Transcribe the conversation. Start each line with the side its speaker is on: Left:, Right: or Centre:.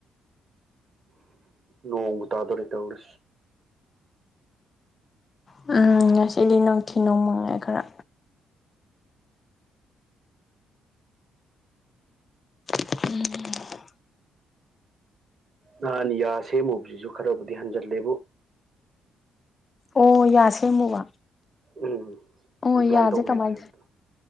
Right: ꯅꯣꯡꯕꯨ ꯇꯥꯗꯣꯔꯦ ꯇꯧꯔ
Left: ꯎꯝ ꯉꯁꯤꯗꯤ ꯅꯨꯡꯊꯤ ꯅꯣꯡꯃꯉꯥꯏ ꯈꯔ ꯎꯝ
Right: ꯅꯍꯥꯟ ꯌꯥ ꯁꯦꯝꯃꯨꯕꯁꯤꯁꯨ ꯈꯔꯕꯨꯗꯤ ꯍꯟꯖꯤꯜꯂꯦꯕꯨ
Left: ꯑꯣ ꯌꯥ ꯁꯦꯝꯃꯨꯕ
Right: ꯎꯝ
Left: ꯑꯣ
Right: ꯏꯝꯄ꯭ꯂꯥꯟ
Left: ꯌꯥꯁꯦ
Right: ꯇꯧꯒꯦꯅ
Left: ꯀꯃꯥꯏ
Right: ꯍꯥꯏꯕꯗꯣ